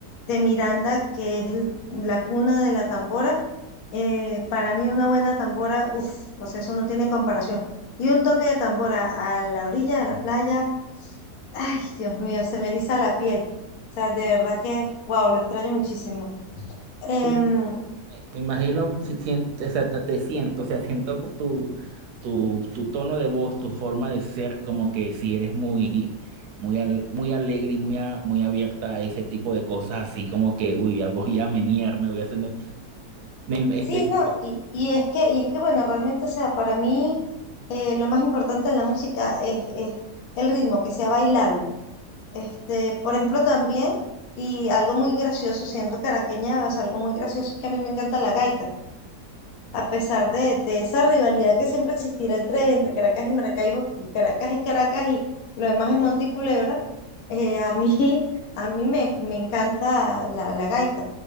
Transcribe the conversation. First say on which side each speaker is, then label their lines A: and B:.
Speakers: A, on the left; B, on the right.
A: de Miranda, que es el- la cuna de la tambora, eh, para mí una buena tambora, uff, o sea, eso no tiene comparación. Y un toque de tambora a la orilla de la playa, ay, Dios mío, se me eriza la piel. O sea, de verdad que, wow, lo extraño muchísimo. Em,
B: Te- Me imagino, si siento, o sea, te te siento, o sea, siento co- tu, tu, tu tono de voz, tu forma de ser, como que si eres muy, muy, al- muy alegre y muy, a- muy abierta a ese tipo de cosas, así como que, uy, ya voy a menearme, voy a hacer Me-
A: Sí,
B: Este,
A: no, y, y es que, y es que bueno, realmente, o sea, para mí eh, lo más importante en la música es, es el ritmo, que sea bailable. Este, por ejemplo, también, y algo muy gracioso, siendo caraqueña, es algo muy gracioso es que a mí me encanta la gaita, a pesar de, de esa rivalidad que siempre existirá entre, entre Caracas y Maracaibo, y Caracas y Caracas y lo demás es Monte y Culebra, eh, a mí, <laughs> a mí me, me encanta la, la gaita.